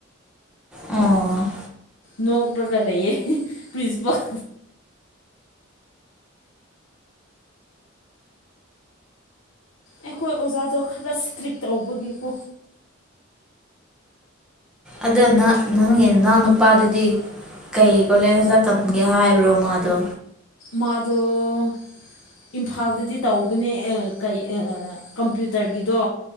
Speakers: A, in the centre; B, on the left (about 85°).
A: ꯑꯣ
B: ꯅꯣꯛꯂꯒ ꯂꯩꯌꯦ ꯄ꯭ꯔꯤꯟꯁꯤꯄꯥꯜ ꯑꯩꯈꯣꯏ ꯑꯣꯖꯥꯗꯣ ꯈꯔ ꯏꯁꯇ꯭ꯔꯤꯛ ꯇꯧꯕꯒꯤꯀꯣ
A: ꯑꯗꯨꯅ ꯅꯪꯒꯤ ꯅꯅꯥꯎ ꯅꯨꯄꯥꯗꯨꯗꯤ ꯀꯩ ꯀꯣꯂꯦꯖꯇ ꯇꯝꯒꯦ ꯍꯥꯏꯕ꯭ꯔꯣ ꯃꯥꯗꯣ
B: ꯃꯥꯗꯣ ꯏꯝꯐꯥꯜꯗꯗꯤ ꯇꯧꯕꯅꯦ ꯑꯦ ꯀꯩ ꯑ ꯀꯝꯄ꯭ꯌꯨꯇꯔꯒꯤꯗꯣ